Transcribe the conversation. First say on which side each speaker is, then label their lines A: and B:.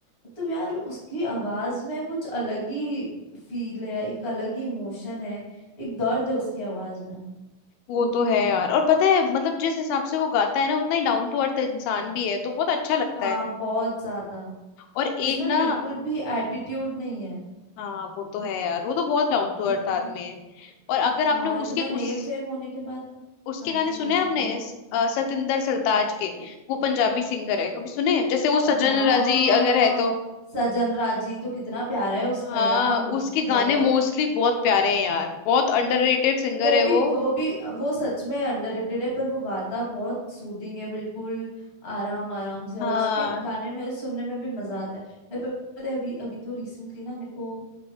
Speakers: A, on the left (about 20°); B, on the left (about 85°).
A: मतलब यार उसकी आवाज में कुछ अलग ही फील है एक अलग ही इमोशन है एक दर्द है उसकी आवाज में
B: वो तो है यार और पता है मतलब जिस हिसाब से वो गाता है ना उतना ही डाउन टू अर्थ इंसान भी है तो बहुत अच्छा लगता
A: हाँ
B: है
A: बहुत ज्यादा
B: और एक
A: उसमें
B: ना
A: बिल्कुल भी एटीट्यूड नहीं है
B: हाँ वो तो है यार वो तो बहुत डाउन टू
A: इतना
B: अर्थ आदमी है और अगर आपने
A: हाँ इतना
B: उसके
A: नेम
B: उस
A: फेम होने के बाद
B: उसके
A: हाँ
B: गाने
A: जी
B: सुने
A: हाँ जी
B: हैं आपने
A: बोलो
B: स- अ, सतिंदर सरताज के वो पंजाबी सिंगर है कभी सुने हैं? जैसे वो सजन
A: हाँ
B: राजी अगर है तो
A: सजन राजी तो कितना प्यारा है उसका
B: हाँ
A: यार
B: उसके गाने
A: बहुत
B: मोस्टली बहुत प्यारे हैं यार बहुत अंडररेटेड सिंगर
A: वो
B: है
A: भी
B: वो
A: वो भी वो सच में अंडररेटेड है पर वो गाता बहुत सूदिंग है बिल्कुल आराम आराम से
B: हाँ
A: और उसके गाने में सुनने में भी मजा आता है मेरे को पता है अभी अभी तो रिसेंटली ना मेरे को